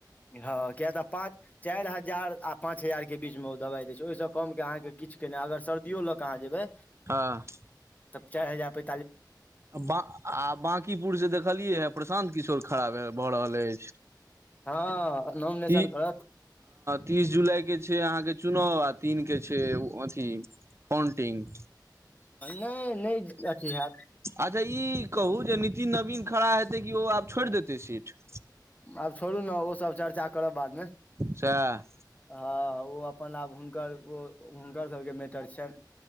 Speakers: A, on the left; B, on the right.
A: हँ किया तऽ पाँच चारि हजार आ पाँच हजारके बीचमे ओ दबाइ दै छै ओहिसँ कम कऽ अहाँकेँ किछु केना अगर सर्दि लऽ कऽ अहाँ जेयबै
B: हँ
A: तब चार हजार प
B: ब आ बाँंकीपुर से देखलियै हे प्रशान्त किशोर खरा है होरहलय अछि
A: हँ नॉमिनेशन
B: कि
A: करत
B: तीस जुलाई के छय अहाँकेँ नओ आ तीन के छै अथी पन्टिंग
A: नहि नहि अथि हैत
B: अच्छा ई कहू जे नीतिन नवीन खड़ा हेतै कि ओ आब छोड़ि देतै सीट।
A: आब छोड़ू ने ओसभ चर्चा करब बादमे।
B: सएह
A: हँ ओ अपन आब हुनकर ओ हुनकर सबके मैटर छियनि